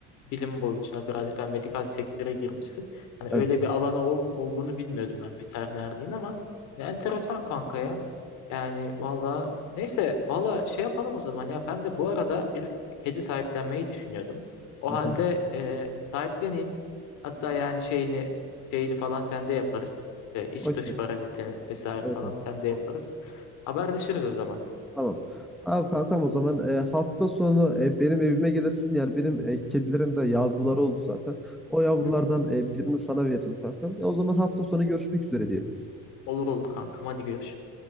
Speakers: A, on the left; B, in the centre.
A: bilim boyutuna, birazcık daha medikal sektöre girmişsin. Hani
B: Evet.
A: öyle bir alanı ol- olduğunu bilmiyordum ben veterinerliğin ama ne enteresan kanka ya. Yani valla neyse valla şey yapalım o zaman ya. Ben de bu arada bir kedi sahiplenmeyi düşünüyordum. O
B: Hı
A: halde
B: hı.
A: e, sahipleneyim. Hatta yani şeyini şeyini falan sende yaparız. İşte iç
B: Okey.
A: dış parazitini vesaire
B: Evet
A: falan
B: evet.
A: sende
B: Olur.
A: yaparız. Haberleşiriz o zaman.
B: Tamam. Tamam
A: Tamam.
B: kankam o zaman e, hafta sonu e, benim evime gelirsin. Yani benim e, kedilerin de yavruları oldu zaten. O yavrulardan
A: Hı hı.
B: e, birini sana veririm kankam. Ya o zaman hafta sonu görüşmek üzere diyelim.
A: Olur olur kankam. Hadi görüşürüz.